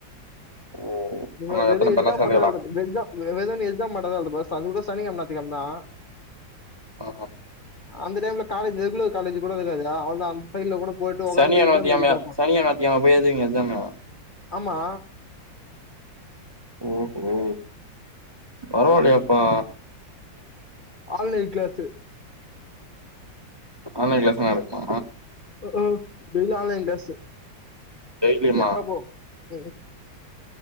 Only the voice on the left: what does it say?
நீ
வேற வெறு
எக்ஸாம்
மட்டும்தா எழுத எக்ஸாம் வெதென்னு எக்ஸாம் மாட்டாதா எழுதனு அது கூட சனி கிழம ஞாத்தி கிழம தா
அந்த டைம்ல காலேஜ் ரெகுலர் காலேஜ் கூட இருக்காதுடா அவளேதா அந்த சைட்ல கூட போயிட்டு உக்காந்து
எக்ஸாம் எழுதிட்டு வப்போ
ஆமா
ஆன்லைன் கிளாஸூ
க்கு டெய்லி ஆன்லைன் கிளாஸ்ஸு
எப்ப போவோம் எ